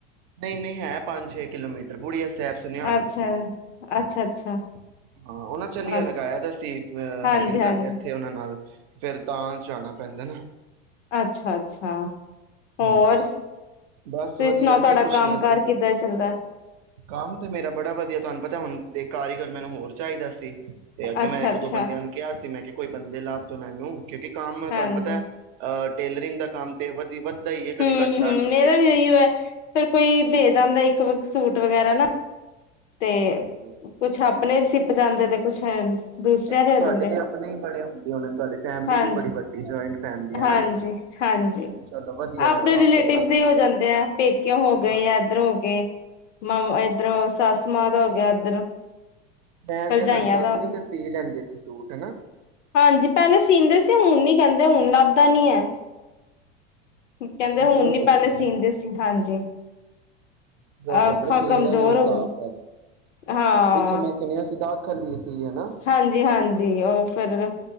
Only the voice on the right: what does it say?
ਨਹੀਂ ਨਹੀਂ ਹੈ ਪੰਜ ਛੇ ਕਿਲੋਮੀਟਰ ਬੁੜੀ ਸ਼ਾਇਦ
ਤੁਸੀਂ ਹਾਂ
ਉਹਨਾਂ ਚਲੀਆ
ਲਗਾਇਆ ਤਾਂਸੀ ਅਹ
ਹੈਗੇ ਨੇ ਸਾਡੇ ਇੱਥੇ ਉਹਨਾਂ ਨਾਲ ਫੇਰ ਤਾਂ ਜਾਣਾ ਪੈਂਦਾ ਨਾ
ਹਾਂਜੀ ਬਸ ਵਧੀਆ
ਕੀ ਪੁੱਛਣਾ
ਅੇ
ਕੰਮ ਤੇ ਮੇਰਾ ਬੜਾ ਵਧੀਆ ਤੁਹਾਨੂੰ ਪਤਾ ਹੁਣ ਦੇਖ ਕਾਰੀਗਰ ਮੈਨੂੰ ਹੋਰ ਚਾਹੀਦਾ ਸੀ ਤੇ ਅੱਗੇ
ਮੈਂ ਇੱਕ ਦੋ ਬੰਦਿਆਂ ਨੂੰ ਕਿਹਾ ਸੀ ਮੈਂ ਕਿਹਾ ਕੋਈ ਬੰਦੇ ਲੱਭ ਦੋ ਮੈਨੂੰ ਕਿਉਂਕ ਕੰਮ ਤੁਹਾਨੂੰ
ਪਤਾ ਅਹ ਟੇਲਰਿੰਗ ਦਾ ਕੰਮ ਵਧੀ ਵੱਧਦਾ ਹੀ ਹੈ ਕਦੀ
ਘੱਟਦਾ ਨੀ
ਹਾਂਜੀ
ਹਾਂਜੀ
ਦੇਖ
ਤੁਹਾਡੇ
ਤੇ ਆਪਣੇ ਹੀ ਬੜੇ ਹੁੰਦੇ ਹੋਣੇ ਤੁਹਾਡੀ ਫੈਮਿਲੀ
ਵੀ ਬੜੀ ਵੱਡੀ ਜੁਆਇੰਟ ਫੈਮਿਲੀ ਹੈ
ਨਾ
ਚਲੋ ਵਧੀਆ
ਆਪ ਆਪ
ਹਾਂ
ਮੈਂ
ਕਿਹਾ ਤੁਹਾਡੀ ਸੱਸ
ਵੀ ਤੇ ਸੀ ਲੈਂਦੇ ਸੀ ਸੂਟ ਹਨਾ।
ਬਜ਼ੁਰਗ
ਹੋ
ਗਏ
ਨਾ।
ਜੋ ਤੁਹਾਨੂੰ
ਪਤਾ ਸਰੀਰਾਂ
ਦਾ ਵੀ ਹਿਸਾਬ
ਹੈ ਜੀ।
ਪਿੱਛੇ ਮੈਂ ਸੁਣਿਆ ਦਾਖਲ ਵੀ ਸੀ ਹਨਾ।